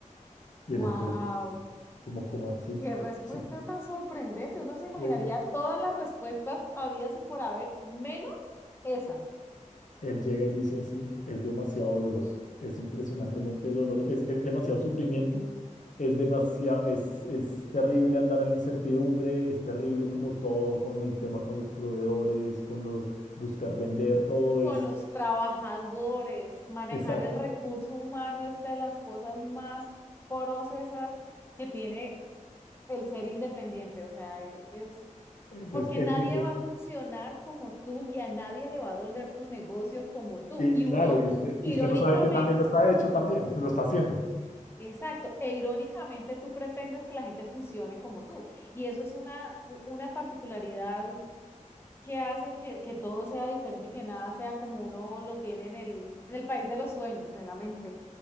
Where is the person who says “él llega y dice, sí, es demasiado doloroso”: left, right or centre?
Left